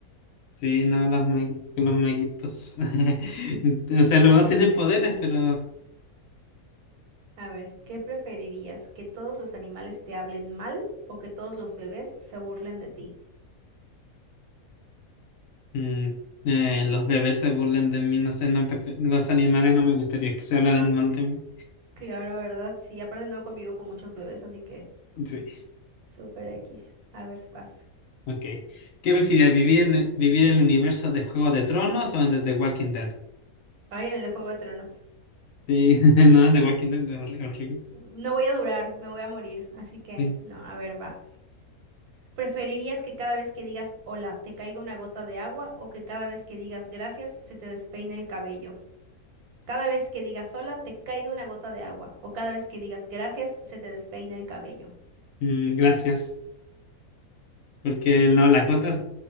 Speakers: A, on the left (about 70°); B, on the right (about 85°).
A: Sí, no, los, ma- los maguitos. <laughs> O sea, los dos tienen poderes, pero
B: A ver, ¿qué preferirías? ¿Que todos los animales te hablen mal o que todos los bebés se burlen de ti?
A: mm, eh, los bebés se burlan de mí. No sé, no prefe- los animales no me gustaría que se hablaran mal de mí.
B: Claro, ¿verdad? Sí, aparte no convivo con muchos bebés, así que
A: Sí,
B: super X. A ver, vas.
A: ok. ¿Qué prefieres, vivir en, vivir en el universo de Juego de Tronos o en The, The Walking Dead?
B: Ay, en el de Juego de Tronos.
A: Sí, <laughs> no, en The Walking Dead es horri- horrible.
B: No voy a durar, me voy a morir, así que
A: Sí,
B: no, a ver, va. ¿Preferirías que cada vez que digas hola te caiga una gota de agua o que cada vez que digas gracias se te despeine el cabello? Cada vez que digas hola te caiga una gota de agua o cada vez que digas gracias se te despeine el cabello.
A: mm, gracias, porque el no, la cota